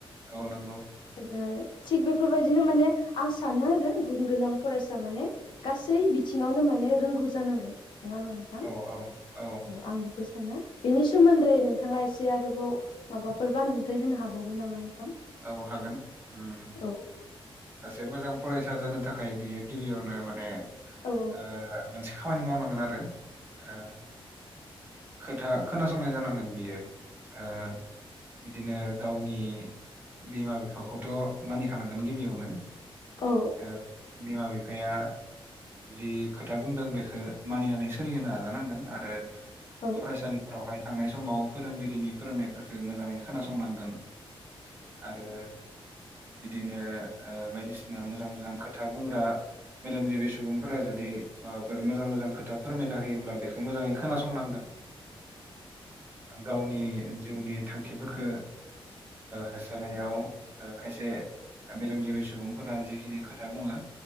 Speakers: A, on the right; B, on the left.
A: औ नंगौ
B: <unintelligible> थिग बेफोरबायदिनो माने आं सानो आरो गुन गोनां फरायसा माने गासै बिथिङावनो माने रोंगौ जानांगोन <unintelligible>
A: औ औ औ।
B: आं बेखौ सानो। बेनि सोमोन्दै नोंथाङा एसे आरोबाव माबाफोर बान्दुंथाय होनो हाबावगोन नामा नोंथां?
A: औ हागोन। उम
B: औ।
A: सासे मोजां फरायसा जानो थाखाय बियो गिबियावनो माने
B: औ
A: ओ मोनसे खामानि मावनांगोन आरो ओ खोथा खोनासंनाय जानांगोन बियो ओ बिदिनो गावनि बिमा बिफाखौथ' मानिखानांगोन गिबियावनो
B: औ
A: ओ बिमा बिफाया जि खोथा बुंदों बेखौ मानिनानै सोलिहोनो नाजानांगोन आरो
B: औ
A: फरायसालिफोरावहाय थांनाय समाव फोरोंगिरिनि फोरोंनायफोरखौ मोजाङै खोनासंनांगोन आरो बिदिनो बायदिसिना मोजां मोजां खोथा बुंग्रा मेलेमजिबि सुबुंफोरा जुदि माबाफोर मोजां मोजां खोथा फोरमायना होयोब्ला बेखौ मोजाङै खोनासंनांगोन गावनि जिउनि थांखिफोरखौ होसोनायाव ओ खायसे मेलेमजिबि सुबुंफोरा जिखिनि खोथा बुङो